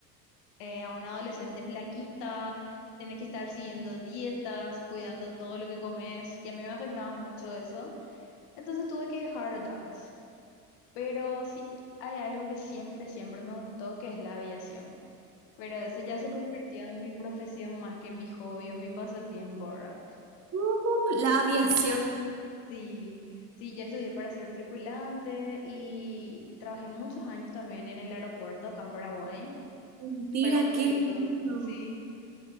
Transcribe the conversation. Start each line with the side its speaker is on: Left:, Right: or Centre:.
Left: eh, a una adolescente flaquita, tienes que estar siguiendo dietas, cuidando todo lo que comes, y a mí me afectaba mucho eso, entonces tuve que dejar otra vez. Pero sí, hay algo que siempre, siempre me gustó, que es la aviación. Pero eso ya se convirtió en mi profesión más que mi hobby o mi pasatiempo, ¿verdad?
Right: Uh, la aviación.
Left: Sí, sí, yo estudié para ser tripulante y, y trabajé muchos años también en el aeropuerto acá en Paraguay.
Right: Mentira,
Left: Pero como te
Right: qué
Left: digo,
Right: lindo.
Left: sí.